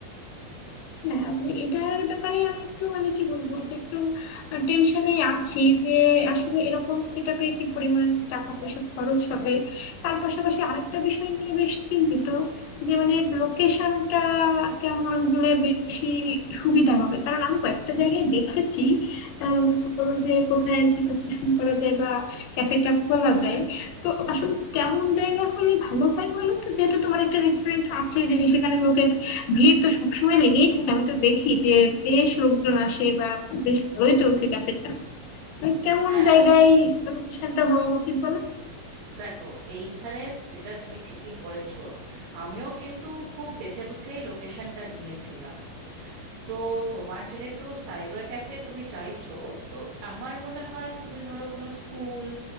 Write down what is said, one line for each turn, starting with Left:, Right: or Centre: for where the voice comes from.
Left: হ্যাঁ মানে এটার ব্যাপারে আমি একটু মানে কি বলবো যে একটু টেনশনে আছি যে আসলে এরকম সেটআপে কি পরিমাণ টাকা পয়সা খরচ হবে তার পাশাপাশি আরেকটা বিষয় নিয়ে বেশ চিন্তিত যে মানে লোকেশনটা কেমন হলে বেশি সুবিধা হবে কারণ আমি কয়েকটা জায়গায় দেখেছি আহ, মনে করো যে কোথায় আর কি কনস্ট্রাকশন করা যায় বা ক্যাফেটা খোলা যায় তো আসলে কেমন জায়গা হলে ভালো হয় বলো তো যেহেতু তোমার একটা রেস্টুরেন্ট আছে যে সেখানে লোকে ভিড় তো সবসময় লেগেই থাকে আমি তো দেখি যে বেশ লোকজন আসে বা বেশ ভালোই চলছে ক্যাফেটা মানে কেমন
Right: হ্যাঁ
Left: জায়গায় লোকেশনটা হওয়া উচিত বলো
Right: দেখো এইখানে এটা তুমি ঠিকই ধরেছো আমিও কিন্তু খুব বেছে বুঝেই লোকেশনটা নিয়েছিলাম তো তোমার যেহেতু সাইবার ক্যাফে তুমি চাইছো তো আমার মনে হয় তুমি ধরো কোনো স্কুল